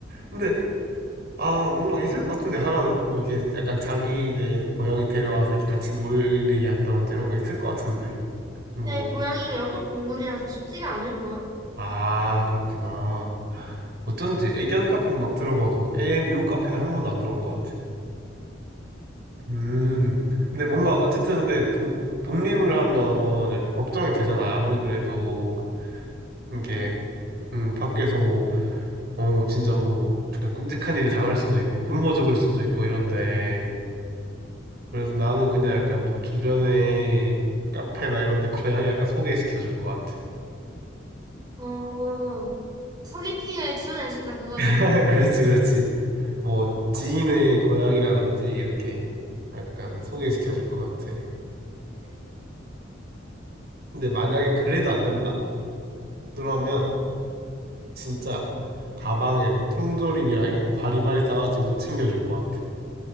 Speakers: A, on the right; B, on the right.
A: 근데, 아, 뭔가 있을 것 같은데, 하나는? 뭐 이렇게 약간 자기네 고양이 데려와서 이렇게 같이 놀게 한다든지 이런 거 있을 것 같은데. 뭐,
B: 근데 고양이가 영역동물이라서 쉽지가 않을걸?
A: 아, 그렇구나. 어쩐지 애견 카페는 막 들어봐도 애 미호 카페는 한 번도 안 들어온 것 같아. 음. 근데 뭔가 어쨌든 근데 독, 독립을 하면 약간 걱정이 되잖아. 아무리 그래도 이게
B: 응.
A: 음, 밖에서 뭐, 어, 진짜 뭐 약간 끔찍한 일을 당할 수도 있고 굶어 죽을 수도 있고 이런데. 그래서 나는 그냥 약간 좀 주변에 카페나 이런 데 <laughs> 고양이 약간 소개시켜 줄 것 같아.
B: 어, 소개팅을 추천해준다 그거지.
A: <laughs> 그렇지, 그렇지. 뭐 지인의 고향이라든지 이렇게 약간 소개시켜 줄 것 같아.
B: 응.
A: 근데 만약에 그래도 안 된다. 그러면 진짜 가방에 뭐 통조림이랑 이런 거 바리바리 싸가지고 챙겨줄 것 같아.